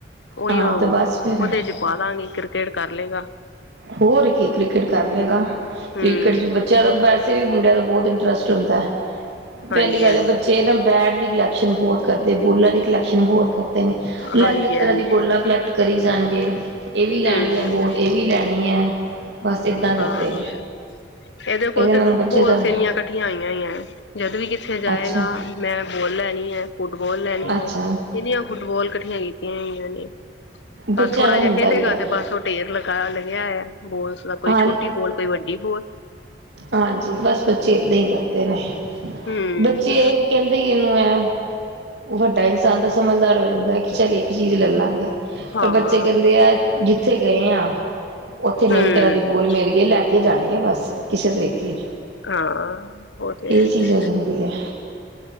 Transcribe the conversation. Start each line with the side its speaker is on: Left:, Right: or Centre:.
Left: ਓਹੀਓ
Right: ਹਾਂ ਤੇ
Left: ਉਹਦੇ
Right: ਬਸ ਫਿਰ
Left: ਚ ਪਾਦਾਂਗੇ ਕ੍ਰਿਕਟ ਕਰ ਲੇਗਾ।
Right: ਹੋਰ ਕੀ ਕ੍ਰਿਕਟ ਕਰ ਲੇਗਾ
Left: ਹਮ
Right: ਕ੍ਰਿਕਟ ਚ ਬੱਚਿਆਂ ਦਾ ਬਸ ਤੇ ਮੁੰਡਿਆਂ ਦਾ ਬਹੁਤ ਇੰਟਰਸਟ ਹੁੰਦਾ
Left: ਹਾਂਜੀ
Right: ਪਹਿਲੀ ਗੱਲ
Left: ਹਾਂਜੀ
Right: ਐ ਬੱਚੇ ਨਾ। ਬੈਟ ਦੀ ਕਲੈਕਸ਼ਨ ਬਹੁਤ ਕਰਦੇ ਬੋਲਾਂ ਦੀ ਕਲੈਕਸ਼ਨ ਬਹੁਤ ਕਰਦੇ ਨੇ ਅਲੱਗ-ਅਲੱਗ
Left: ਹਾਂਜੀ
Right: ਤਰ੍ਹਾਂ
Left: ਹਾਂਜੀ
Right: ਦੀ ਬੋਲਾਂ ਕਲੈਕਟ ਕਰੀ ਜਾਣਗੇ ਇਹ ਵੀ ਲੈਣੀ
Left: ਹਮ
Right: ਐ ਬੋਲ ਇਹ ਵੀ ਲੈਣੀ ਹੈ ਬਸ ਏਦਾਂ ਕਰਦੇ
Left: ਹਾਂ
Right: ਨੇ।
Left: ਇਹਦੇ ਕੋਲ
Right: ਨਾਲ
Left: ਤੇ ਫੁੱਟਬੋਲ
Right: ਬੱਚੇ ਦਾ
Left: ਏਣੀਆਂ ਇਕੱਠੀਆਂ ਹੋਈਆਂ ਹੀ ਹੈ। ਜਦ ਵੀ ਕਿੱਥੇ ਜਾਏਗਾ।
Right: ਅੱਛਾ
Left: ਮੈਂ ਬਾੱਲ ਲੈਣੀ ਹੈ। ਫੁੱਟਬੋਲ ਲੈਣੀ
Right: ਅੱਛਾ
Left: ਹੈ। ਇਹਨੀਆਂ ਫੁੱਟਬੋਲ ਇਕੱਠੀਆਂ ਕੀਤੀਆਂ ਹੋਈਆਂ ਨੇ।
Right: ਬੱਚਿਆਂ
Left: ਬਸ ਥੋੜਾ
Right: ਨੂੰ
Left: ਜਿਹਾ
Right: ਹੁੰਦਾ
Left: ਖੇਲੇਗਾ
Right: ਹੀ ਆ
Left: ਤੇ ਬਸ। ਢੇਰ ਲਗਾਾਇਆ ਲਗਿਆ ਹੋਇਆ। ਬੋਲਸ ਦਾ ਕੋਈ
Right: ਹਾਂ
Left: ਛੋਟੀ ਬੋਲ ਕੋਈ ਵੱਡੀ ਬੋਲ।
Right: ਹਾਂਜੀ, ਬਸ ਬੱਚੇ ਏਦਾਂ ਹੀ ਕਰਦੇ ਨੇ
Left: ਹੂੰ
Right: ਬੱਚੇ ਕਹਿੰਦੇ ਇਹਨੂੰ ਐ ਉਹ ਵੱਡਾ ਇਨਸਾਨ ਦਾ ਸਮਝਦਾਰ ਹੋ ਜਾਂਦਾ ਕਿ ਚੱਲ ਇੱਕ ਚੀਜ਼ ਲੈ ਲਾਂਗੇ।
Left: ਹਾਂ
Right: ਪਰ ਬੱਚੇ ਕਹਿੰਦੇ ਆ ਜਿੱਥੇ ਗਏ ਆ ਉੱਥੇ ਨਵੀਂ
Left: ਹੂੰ
Right: ਤਰ੍ਹਾਂ ਦੇ ਬੋਲ ਮਿਲ ਗਈ ਲੈ ਕੇ ਜਾਣੀ ਆ ਬਸ। ਕਿਸੇ ਤਰੀਕੇ
Left: ਹਾਂ ਉਹ ਤੇ
Right: ਇਹ
Left: ਹੈ।
Right: ਚੀਜ਼ ਆ ਜਾਂਦੀ ਐ।